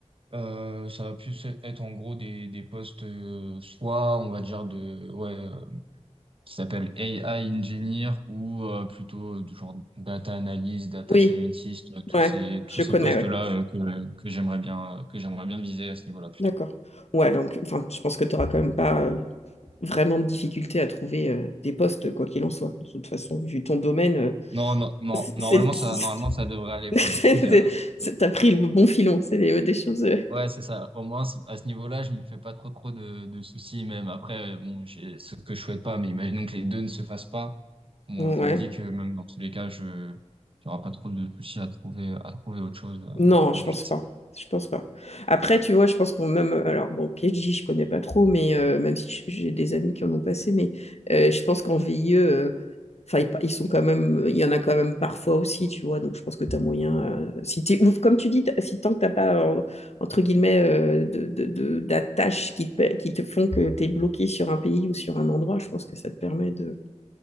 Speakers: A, on the right (about 45°); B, on the left (about 60°).
A: Euh, ça va plus être en gros des, des postes, euh, soit on va dire de, ouais, euh, qui s'appelle AI engineer ou euh, plutôt euh, du genre data analyst, data
B: Oui,
A: scientist, euh, tous
B: ouais,
A: ces,
B: je
A: tous ces
B: connais,
A: postes-là
B: ouais.
A: euh, que, que j'aimerais bien, euh, que j'aimerais bien viser à ce niveau-là plutôt.
B: D'accord. Ouais, donc, enfin, je pense que tu n'auras quand même pas euh, vraiment de difficulté à trouver euh, des postes, quoi qu'il en soit. De toute façon, vu ton domaine, euh,
A: Non, non, non,
B: c'est,
A: normalement
B: c'est-
A: ça,
B: <laughs>
A: normalement ça devrait aller
B: c'est-
A: pour le coup. Il y a,
B: c'est- t'as pris le bon filon. C'est des, des choses. euh,
A: Ouais, c'est ça. Au moins, c- à ce niveau-là, je me fais pas trop trop de, de soucis. Même après, euh, bon, j'ai ce que je souhaite pas, mais imaginons que les deux ne se fassent pas. Bon,
B: Ouais,
A: je me dis que même dans tous les cas, je j'aurai pas trop de soucis à trouver à trouver autre chose euh,
B: Non, je
A: ensuite.
B: pense pas. Je pense pas. Après, tu vois, je pense qu'on même. Alors, bon, PhD, je connais pas trop, mais euh, même si j- j'ai des amis qui en ont passé, mais euh, je pense qu'en VIE, euh, enfin, ils, pa- ils sont quand même. Il y en a quand même parfois aussi, tu vois. Donc, je pense que tu as moyen. euh, si t'es, ou comme tu dis, t'as- si tant que t'as pas, euh, entre guillemets, euh, de, de- de- d'attaches qui te, pa- qui te font que tu es bloqué sur un pays ou sur un endroit, je pense que ça te permet de,